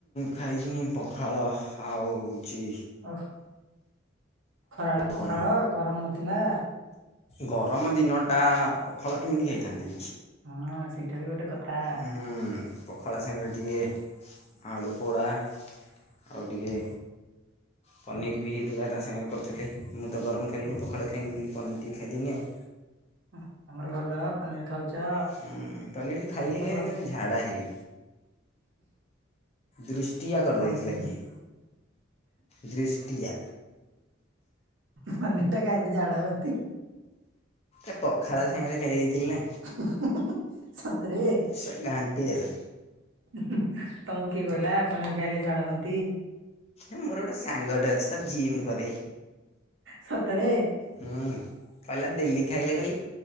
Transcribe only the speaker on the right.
ଓଃ ଖରାବେଳେ ପଖାଳ
ଗରମ ନଥିଲା।
ହଁ ସେଇଟା ବି ଗୋଟେ କଥା।
ଓ
ହୁଁ ତମର ଭଲ ପନିର ଖାଉଛ।
ଆମେ ତ
ଗ-
ପନି-
ପନିର ଟା ଖାଇଲେ ଝାଡ଼ା ହୁଅନ୍ତି।
<unintelligible> ସତରେ।
ତମକୁ କିଏ କହିଲା ପନିର ଖାଇଲେ ଝାଡା ହୁଅନ୍ତି।
ସତରେ।